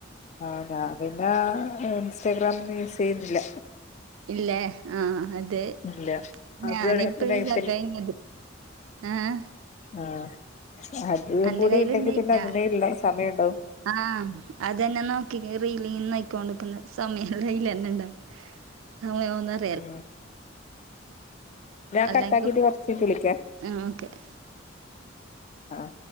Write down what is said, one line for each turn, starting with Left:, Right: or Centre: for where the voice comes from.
Left: ആഹ് ഞാ പിന്നേ ഇൻസ്റ്റഗ്രാമില് സ് ചെയ്യുന്നില്ല
Right: ഇല്ലേ ആഹ് അദേ
Left: ഇല്ല അത്
Right: ഞാനിപ്പോ
Left: വേണേ പിന്നെ
Right: <unintelligible>
Left: അതിൽ
Right: ആഹ്
Left: ആഹ് അതുവും
Right: അന്റെ
Left: കൂടിണ്ടെങ്കി
Right: കയ്യില്ണ്ടായിറ്റാ
Left: പിന്നെ അതിനേ ഇള്ള സമയഉണ്ടാവൂ
Right: ആഹ് അതന്നെ നോക്കി കേ റീലി നോയ്ക്കോണ്ടിക്കുന്ന സമയീലന്നെണ്ടാവില്ല ആയൊന്ന് അറ
Left: ഉം ഞാ
Right: അല്ലെങ്കി
Left: കട്ടാക്കീട്ട് കൊറച്ച് കഴിഞ്ഞിട്ട് വിളിക്കാ
Right: ആഹ് ഓക്കെ
Left: ആഹ്